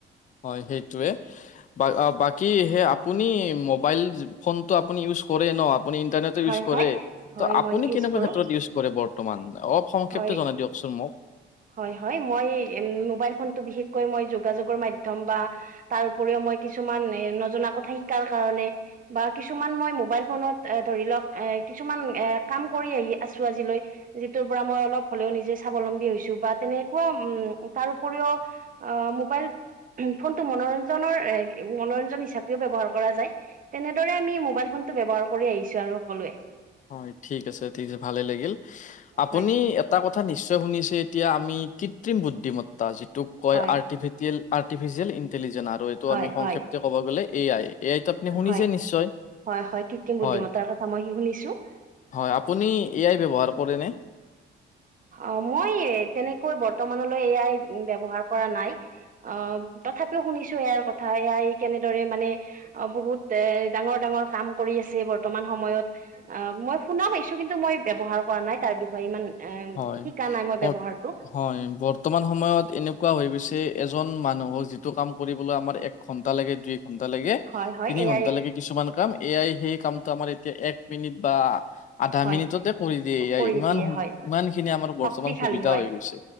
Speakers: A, on the left; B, on the right.
A: হয় সেইটোৱে। বা অঁ বাকী সে আপুনি মোবাইল ফোনটো আপুনি ইউজ কৰে ন। আপুনি ইণ্টাৰনেটো
B: হয়
A: ইউজ কৰে,
B: হয় হয়
A: ত আপুনি
B: মই ইউজ
A: কেনেকুৱা
B: কৰো
A: ক্ষেত্ৰত ইউজ- কৰে বৰ্তমান অলপ সংক্ষেপ্ত
B: হয়
A: জনাই দিয়কচোন মোক।
B: হয় হয়, মই মোবাইল ফোনটো বিশেষকৈ মই যোগাযোগৰ মাধ্যম বা- তাৰ উপৰিও মই কিছুমান এ নজনা কথা শিকাৰ কাৰণে- বা কিছুমান মই মোবাইল ফোনত ধৰি লওক এ কিছুমান এ কাম কৰি আহি আছো আজিলৈ- যিটোৰ পৰা মই অলপ হলেও নিজে স্বাৱলম্বী হৈছো বা তেনেকুৱা উম তাৰ উপৰিও- অ' মোবাইল ফোনটো, মনোৰঞ্জনৰ মনোৰঞ্জন হিচাপেও ব্যৱহাৰ কৰা যায়। তেনেদৰে আমি মোবাইল ফোনটো ব্যৱহাৰ কৰি আহিছো আৰু সকলোৱে।
A: হয়, ঠিক আছে, ঠিক আছে ভালে লাগিল, আপুনি-
B: হয়
A: এটা কথা নিশ্চয় শুনিছে এতিয়া আমি কৃত্ৰিম বুদ্ধিমত্তা- টোক কয়
B: হয়
A: আৰ্টিয়েল, আৰ্টিফিচিয়েল ইণ্টেলিজেন আৰু এইটো
B: হয়
A: আমি সংক্ষেপ্তে
B: হয়
A: ক'ব গ'লে এ আই। এ আইটো আপুনি শুনিছে
B: হয়,
A: নিশ্চয়
B: হয় হয়, কৃত্ৰিম
A: হয়
B: বুদ্ধিমত্তাৰ কথা মই শুনিছো।
A: হয়, আপুনি এ আই ব্যৱহাৰ কৰেনে?
B: অঁ মই তেনেকৈ বৰ্তমানলৈ এ আই ব্যৱহাৰ কৰা নাই। অঁ তথাপিও শুনিছো এ আইৰ কথা এ আই কেনেদৰে মানে- অঁ, বহুত এ ডাঙৰ ডাঙৰ কাম কৰি আছে বৰ্তমান সময়ত। অঁ, মই শুনা পাইছো, কিন্তু মই ব্যৱহাৰ কৰা নাই তাৰ বিষয়ে ইমান। এঁ
A: হয়,
B: শিকা নাই মই
A: বৰ্ত
B: ব্যৱহাৰটো।
A: হয়, বৰ্তমান সময়ত এনেকুৱা হৈ গৈছে এজন মানুহক যিটো কাম কৰিবলৈ আমাৰ এক- ঘন্টা লাগে, দুই ঘন্টা লাগে,
B: হয় হয়
A: তিনি
B: এয়াই
A: ঘণ্টা লেকে- কিছুমান কাম, এ আই সেই কামটো আমাৰ এতিয়া এক মিনিট বা- আধা
B: হয়
A: মিনিটতে কৰি দিয়ে এ আই
B: কৰি
A: ইমান
B: দিয়ে
A: সো-
B: হয়
A: ইমান খিনি আমাৰ বৰ্তমান
B: শক্তিশালী
A: সুবিধা
B: হয়
A: হৈ গৈছে,